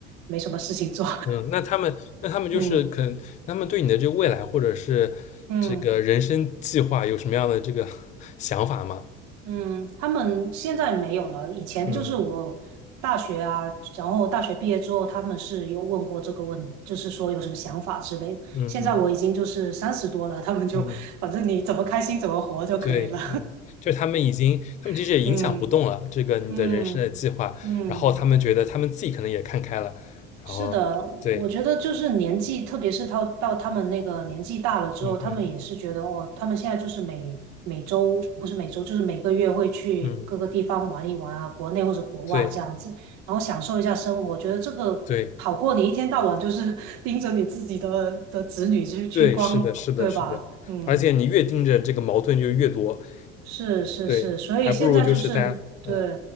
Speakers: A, on the right (about 50°); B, on the left (about 20°).
A: 没什么事情做，
B: 嗯，那他们那他们就是可能他们对你的这个未来或者是这个人生计划有什么样的这个
A: <laughs> 嗯嗯。
B: <laughs> 想法吗？
A: 嗯，他们现在没有了。以前就是我大学啊，
B: 嗯
A: 然后大学毕业之后，他们是有问过这个问，就是说有什么想法之类的。
B: 嗯嗯
A: 现在我已经就是三十多了，他们就反正你怎么开心怎么活就可以了。
B: 嗯，对，嗯，就是他们已经他们其实也影响不动了这个你的人生的计划，
A: <laughs> 嗯嗯嗯。
B: 然后他们觉得他们自己可能也看开了，然后对，
A: 是的，我觉得就是年纪，特别是到到他们那个年纪大了之后，
B: 嗯嗯
A: 他们也是觉得哦，他们现在就是每每周不是每周，就是每个月会去各个地方玩一玩啊，
B: 嗯。
A: 国内或者国外这样子，
B: 对
A: 然后享受一下生活。我觉得这个好过你一天到晚就是
B: 对
A: <laughs> 盯着你自己的的子女去去光，
B: 对，是的，是的，
A: 对吧？
B: 是的，
A: 嗯，
B: 而且你越盯着这个矛盾就越多，
A: 是是是，
B: 对，
A: 所以现在就是对，
B: 还不如就是大家，嗯，